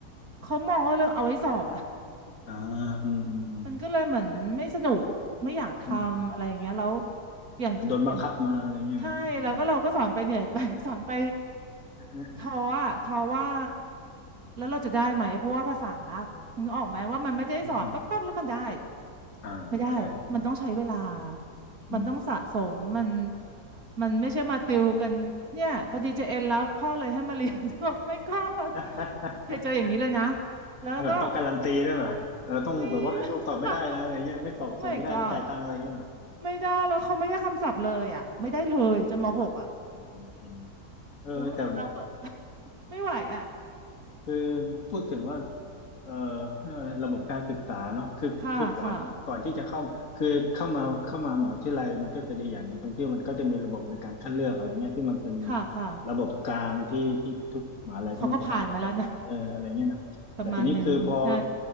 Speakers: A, on the right; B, on the left.
A: เขามองว่าเรื่องเอาไว้สอบอ่ะ
B: อ่าอืมอืมอืม
A: มันก็เลยเหมือนไม่สนุกไม่อยากทำอะไรอย่างเงี้ยแล้ว
B: อืม
A: อย่างอย่าง
B: เหมือนโดนบังคับมาอะไรเงี้ยนะอืม
A: ใช่แล้วก็เราก็สอนไปเหนื่อยไป <laughs> สอนไป
B: อื
A: ท้ออ่ะท้อว่าแล้วเราจะได้ไหมเพราะว่าภาษานึกออกไหมว่ามันไม่ได้สอนปั๊บๆ
B: มอืม
A: แล้วมันได้
B: อ่าใช่
A: ไม่ได้ มันต้องใช้เวลา
B: อืมอืมอืม
A: มันต้องสะสมมันมันไม่ใช่มาติวกัน เนี่ยพอดีเจเอ็นแล้วพ่อเลยให้มาเรียน <laughs> แบบไม่ก็
B: <laughs>
A: เคยเจออย่างนี้เลยนะ แล้วก็
B: แลบบต้องการันตีด้วยป่ะเออต้องแบบว่าให้ลูกสอบไม่ได้นะอะไรเงี้ยไม่สอบสอบไม่ได้ไม่จ่ายตังค์อะไรเงี้ยเหรอ
A: ไม่ <laughs> โอ้ my god ไม่ได้ แล้วเขาไม่ได้คำศัพท์เลยอ่ะไม่ได้เลยจนมหกอ่ะ
B: อืมอืมเออแต่
A: แล้วมันเราก็ <laughs> ไม่ไหวอ่ะ
B: คือพูดถึงว่าเอ่อเขาเรียกว่าอะไรระบบการศึกษาเนาะคือคือก่อนก่อนที่จะเข้าคือเข้ามาเข้ามามหาวิทยาลัยมันก็จะดีอย่างหนึ่งตรงที่มันก็จะมีระบบในการคัดเลือกอะไรเงี้ยที่มันเป็น
A: ค่ะค่ะค่ะค่ะ
B: ระบบกลางที่ที่ทุกมหาลัยก็ต้องใช้เหมือนกันเอออะไรเงี้ยนะแต่ทีนี้คือพอ
A: เขาก็ผ่านมาแล้วนะ <laughs> ประมาณหนึ่ง ใช่